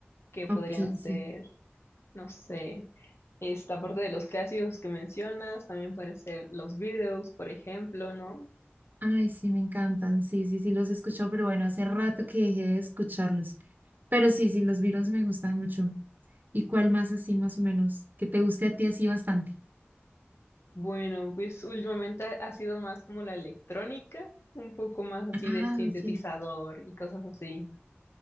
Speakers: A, on the left (about 75°); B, on the right (about 45°).
A: que podrían
B: Ok,
A: ser
B: sí.
A: No sé, esta parte de los clásicos que mencionas, también pueden ser los Beatles, por ejemplo, ¿no?
B: Ay, sí, me encantan. Sí, sí, sí, los he escuchado, pero bueno, hace rato que dejé de escucharlos. Pero sí, sí, los Beatles me gustan mucho. ¿Y cuál más así, más o menos, que te guste a ti así bastante?
A: Bueno, pues últimamente ha ha sido más como la electrónica, un poco más así
B: Ah,
A: de sintetizador
B: ok.
A: y cosas así.